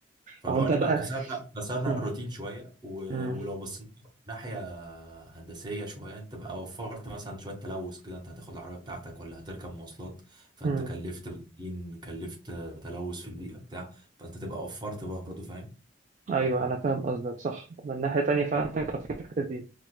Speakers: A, on the right; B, on the right.
A: فاللي
B: اهو انت
A: هو نبقى
B: بقى
A: كسرنا كسرنا
B: مم.
A: الروتين شويه و-
B: مم.
A: ولو بصينا ناحيه هندسية شوية انت بقى وفرت مثلا شوية تلوث كده انت هتاخد العربية بتاعتك ولا هتركب مواصلات فانت
B: مم.
A: كلفت بنزين كلفت تلوث في البيئة بتاع فانت تبقى وفرت برضه فاهم
B: ايوه انا فاهم قصدك صح من ناحيه تانيه فعلا في توفير في الحته دي